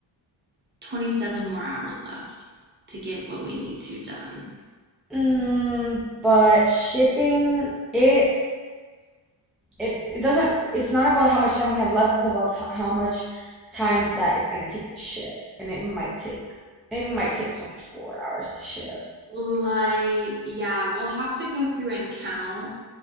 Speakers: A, on the right (about 25°); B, in the centre.
A: 27 more hours left to get what we need to done.
B: Mm, but shipping it it it doesn't it's not about how much time we have left, it's about t how much time that it's gonna take to ship. And it might take it might take 24 hours to ship.
A: Like, yeah, we'll have to go through and count